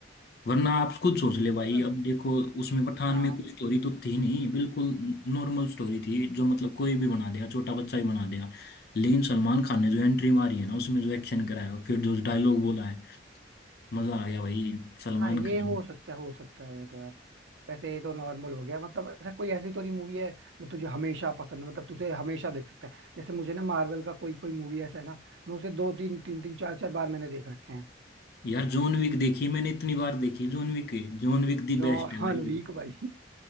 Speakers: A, on the left; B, on the right.
A: वरना आप खुद सोच ले भाई
B: मतलब
A: अब देखो उसमें पठान
B: हाँ
A: में कोई स्टोरी तो थी नहीं बिल्कुल नॉर्मल स्टोरी थी जो मतलब कोई भी बना देगा छोटा बच्चा ही बना देगा लेकिन सलमान खान ने जो एंट्री मारी है ना उसमें जो एक्शन कराया और फिर जो डायलॉग बोला है मजा आ गया भाई सलमान
B: हाँ ये
A: खान
B: हो सकता है हो सकता है तो यार वैसे ये तो नॉर्मल हो गया मतलब ऐसा कोई ऐसी तो नहीं मूवी है जो तुझे हमेशा पसंद हो, मतलब तुझे हमेशा देख सकता है जैसे मुझे ना मार्वल का कोई कोई मूवी ऐसा है ना मैं उसे दो तीन तीन तीन चार चार बार मैंने देख रखे हैं
A: यार जॉन विक देखी मैंने इतनी बार देखी John Wick John Wick the
B: जॉन
A: best है भाई
B: वीक भाई